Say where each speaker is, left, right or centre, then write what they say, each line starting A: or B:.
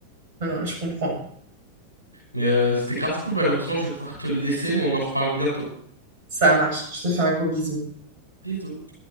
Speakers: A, on the right (about 45°); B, on the right (about 85°).
A: Non, non, je comprends.
B: Mais euh, c'était grave cool, malheureusement, je vais devoir te laisser, mais on en reparle bientôt.
A: Ça marche. Je te fais un gros bisou.
B: Bisous.